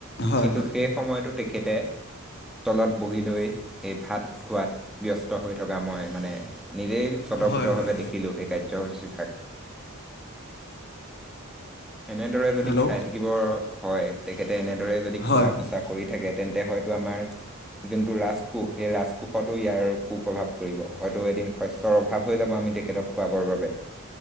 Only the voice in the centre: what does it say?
কিন্তু
সেই সময়তো তেখেতে। তলত বহি লৈ সেই ভাত খোৱাত ব্যস্ত হৈ থকা মই মানে। নিজেই স্বটফুটভাৱে
দেখিলো সেই কাৰ্যসূচীভাগ। এনেদৰে যদি
খাই থাকিবৰ হয় তেখেতে এনেদৰে যদি খোৱা
পোচা কৰি থাকে। তেন্তে হয়তো আমাৰ। যোনটো ৰাজকোষ সেই ৰাজকোষ তো ইয়াৰ কু প্ৰভাৱ পৰিব হয়তো এদিন শস্যৰ অভাৱ হৈ যাব আম তেখেতক খুৱাবৰ বাবে।